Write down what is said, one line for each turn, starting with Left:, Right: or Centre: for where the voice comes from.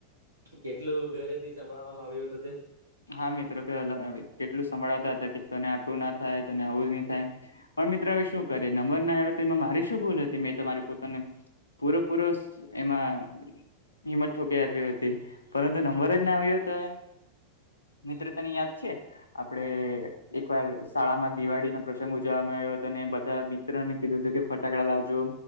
Right: કેટલું ઘરેથી સંભળાવવામાં આવ્યું હતું તે
Left: હા મિત્રો કે કેટલું સંભળાવતા હતા, કે તને આટું ના થાય તોને આવવું નહી થાય. પણ મિત્ર હવે શું કરે ર આવ તો એમાં મારી શું ભૂલ હતી મેંરી પોતાને પૂરોપૂરો એમા હિંમત ઠોકીઈ આપી હતી પરંતુ નંબર જ ના આવ્યો હતો. મિત્રતાની યાદ છે, આપડે એકવાર શાળામા દિવાળીનો પ્રશ્ન ગ ઉજવવામાં આવ્યો હતો અને બધા મિત્રને કીધુંું કે ફટાકડા લાવજો